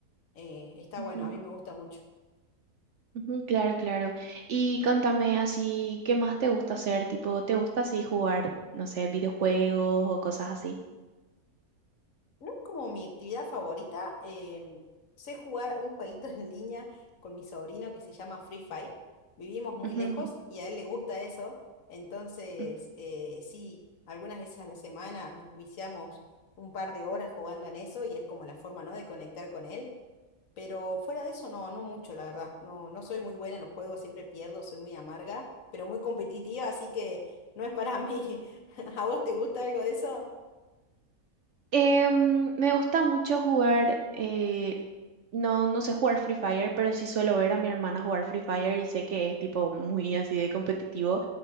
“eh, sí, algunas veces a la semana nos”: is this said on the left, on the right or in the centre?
Left